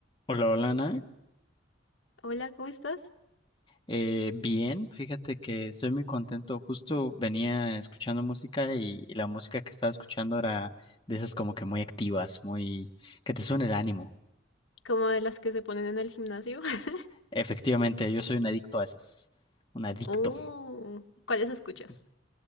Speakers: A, on the left; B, on the left.
A: Hola, hola, Nat.
B: Hola, ¿cómo estás?
A: Eh, bien, fíjate que estoy muy contento. Justo venía escuchando música y, y la música que estaba escuchando era de esas como que muy activas, muy que te suena el ánimo.
B: Como de las que se ponen en el gimnasio. <laughs>
A: Efectivamente, yo soy un adicto a esas, un adicto.
B: Uh, ¿cuáles escuchas?
A: Entonces,